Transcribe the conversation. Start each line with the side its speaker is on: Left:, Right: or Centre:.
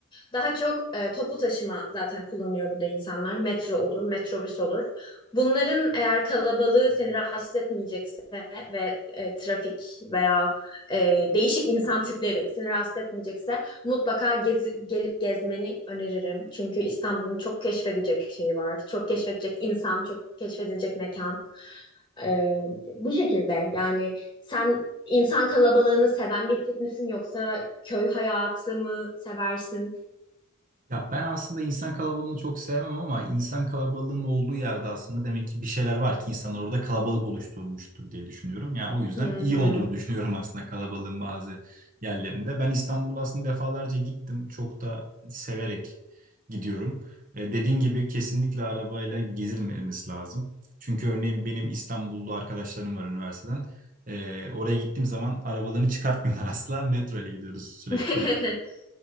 Left: Daha çok e, toplu taşıma zaten kullanıyor burada insanlar. Metro olur, metrobüs olur. Bunların eğer kalabalığı seni rahatsız etmeyecekse ve e, trafik veya e, değişik insan tipleri seni rahatsız etmeyecekse Mutlaka gezi- gelip gezmeni öneririm. Çünkü İstanbul'un çok keşfedecek şeyi var. Çok keşfedecek insan, çok keşfedilecek mekan. Ee, bu şekilde yani sen insan kalabalığını seven bir tip misin yoksa köy hayatı mı seversin?
Right: Ya ben aslında insan kalabalığını çok sevmem ama insan kalabalığının olduğu yerde aslında demek ki bir şeyler var ki insanlar orada kalabalık oluşturmuştur diye düşünüyorum. Yani o yüzden
Left: Hı
Right: iyi
Left: hı.
Right: olduğunu <laughs> düşünüyorum aslında kalabalığın bazı yerlerinde. Ben İstanbul aslında defalarca gittim. Çok da severek gidiyorum. E, dediğin gibi kesinlikle arabayla gezilmemesi lazım. Çünkü örneğin benim İstanbullu arkadaşlarım var üniversiteden. E, oraya gittiğim zaman arabalarını <laughs> çıkartmıyorlar asla. Metro ile gidiyoruz sürekli.
Left: <laughs>